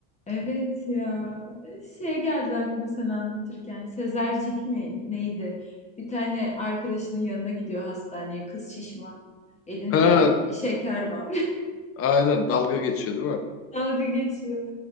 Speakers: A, on the left (about 20°); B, on the left (about 40°).
A: Evet ya. Şey geldi aklıma sen anlatırken. Sezercik mi neydi? Bir tane arkadaşının yanına gidiyor hastaneye. Kız şişman. Elinde
B: Ha,
A: de şeker var.
B: aynen dalga geçiyor değil mi?
A: <laughs> Dalga geçiyor.